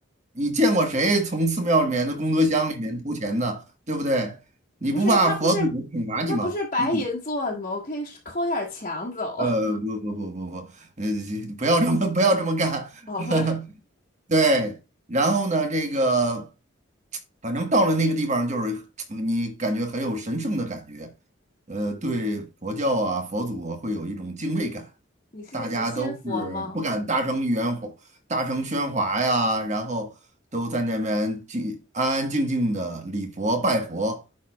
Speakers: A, on the right; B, on the left.
A: 你见过谁从寺庙里面的功德箱里面偷钱的，对不对？你不怕佛祖惩罚你吗？
B: 不是，它不是它不是白银做的吗？
A: 嗯
B: 我可以抠点儿墙走。
A: 呃，
B: <laughs>
A: 不不不不不，呃，不要这么不要这么干，
B: 哦，
A: <laughs>
B: 不
A: 对，然后呢，这个，反正到了那个地方，就是你感觉很有神圣的感觉，
B: <laughs>
A: 呃，对佛教啊、佛祖啊，会有一种敬畏感，
B: 你是你信佛吗？
A: 大家都是不敢大声喧哗、大声喧哗呀，然后都在那边静安安静静的礼佛拜佛，